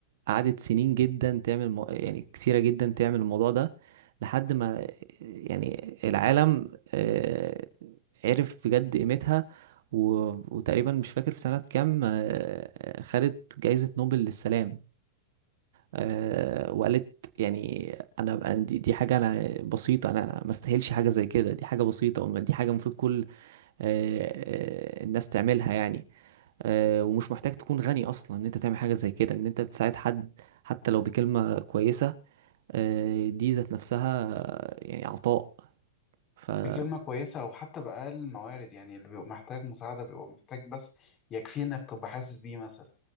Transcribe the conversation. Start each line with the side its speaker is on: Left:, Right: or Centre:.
Right: قعدت سنين جدا تعمل مو... يعني كتيرة جدا تعمل الموضوع ده لحد ما يعني العالم آه، عرف بجد قيمتها و... وتقريبا مش فاكر في سنة كام آه، آه، خدت جايزة نوبل للسلام آه، وقالت يعني انا أنا دي, دي حاجه انا بسيطه انا ما استاهلش حاجه زي كده دي حاجه بسيطه وما- دي حاجه المفروض كل آه، آه، الناس تعملها يعني آه، ومش محتاج تكون غني اصلا ان انت تعمل حاجه زي كده ان انت بتساعد حد حتى لو بكلمه كويسه آه، دي ذات نفسها آه، يعني عطاء فمظبوط
Left: بكلمة كويسة او حتى بأقل الموارد يعني اللي بيبقى محتاج مساعدة بيبقى محتاج بس يكفيه انك تبقى حاسس بيه مثلا